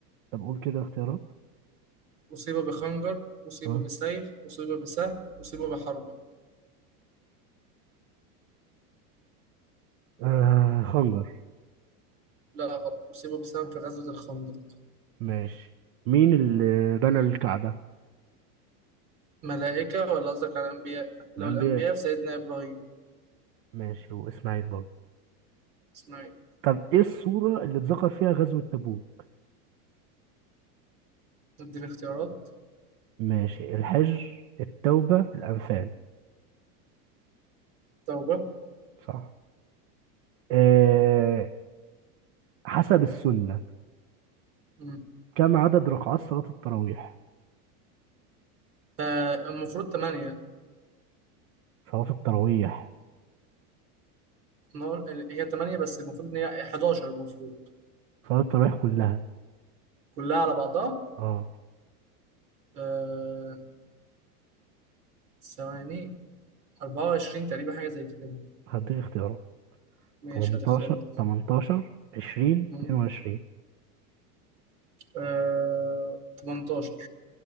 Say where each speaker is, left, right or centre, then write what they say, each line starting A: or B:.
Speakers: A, on the right; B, on the right.
A: طب قول كده اختيارات
B: أصيب بخنجر أصيب
A: اه,
B: بسيف أصيب بسهم أصيب بحربة
A: آه خنجر
B: لا غلط أصيب بسهم في غزوة الخندق
A: ماشي مين اللي بنى الكعبة
B: ملائكة ولا قصدك على الأنبياء لو
A: الأنبياء
B: الأنبياء في سيدنا إبراهيم
A: ماشي وإسماعيل برضه
B: إسماعيل
A: طب إيه السورة اللي اتذكر فيها غزوة تبوك
B: اديني اختيارات
A: ماشي الحج التوبة الأنفال
B: توبة
A: صح آه حسب السنة
B: مم.
A: كم عدد ركعات صلاة التراويح
B: آه المفروض تمانية
A: صلاة التراويح
B: نار- هي تمانية بس المفروض إن هي 11 المفروض
A: صلاة التراويح كلها
B: كلها على بعضها
A: اه
B: آه ثواني 24 تقريبا حاجة زي كده
A: هديك اختيارات
B: ماشي
A: 18
B: هات اختيارات
A: 18 20
B: مم.
A: 22
B: آه 18